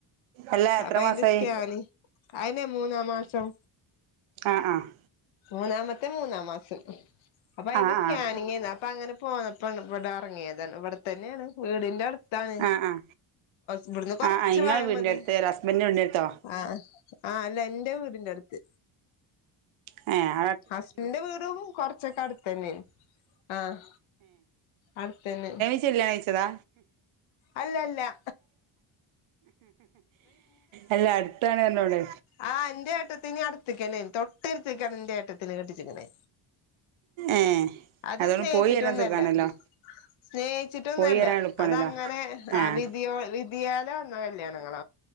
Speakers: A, on the right; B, on the left.
A: അല്ല എത്ര
B: അപ്പൊ അയിന്റെ
A: മാസായി
B: സ്കാനിംഗ് അയിനാ മൂന്നാം മാസം.
A: ആഹ് ആഹ്
B: മൂന്നാമത്തെ മൂന്നാം മാസം. അപ്പൊ അതിന്റെ
A: ആഹ്
B: സ്കാനിങ്ങാന്നു
A: ആഹ്
B: അപ്പൊ അങ്ങനെ പോയ പ്പ ഇവെടെ എറങ്ങിയതാണ് ഇവെടെത്തന്നെയാണ് വീടിന്റെ അടു ത്താണ്
A: ആഹ് ആഹ്
B: ഇവെടെന്ന് കൊറെച്ച്
A: ആഹ് ആഹ് ഇങ്ങളെ
B: പോയാ
A: വീടിന്റെ
B: മതി.
A: അടുത്ത് ഹസ്ബൻഡിന്റെ വീടിന്റെ അടുത്തോ
B: ആഹ് ആ അല്ല എന്റെ വീടിന്റെടുത്ത്.
A: ഏ.
B: ഹസ്ബൻഡിന്റെ വീടും കൊറെച്ചെക്കെ അടുത്ത് തന്നെയാ ആഹ് അടുത്തേന്
A: ത്തിലാ കഴിച്ചതാ?
B: അല്ലല്ല.
A: എല്ല അടുത്താണ് എന്നോട്
B: ആഹ് എന്റെ ഏട്ടത്തിനേ അടുത്തിക്കന് തൊട്ടടുത്തേക്കാന് എന്റെ ഏട്ടത്തിനേ കെട്ടിച്ചേക്കുന്നെ.
A: ഏഹ്
B: അത്
A: അതുകൊണ്ട്
B: സ്നേഹിച്ചിട്ടൊന്നല്ല.
A: പോയി വരാൻ സുഖാണല്ലോ
B: സ്നേഹിച്ചിട്ടൊന്നല്ല
A: പോയി വരാൻ എളുപ്പാണല്ലോ
B: അതെങ്ങനെ
A: ആഹ്
B: ആ വിധിയോ വിധിയാലേ വെന്ന കല്യാണങ്ങള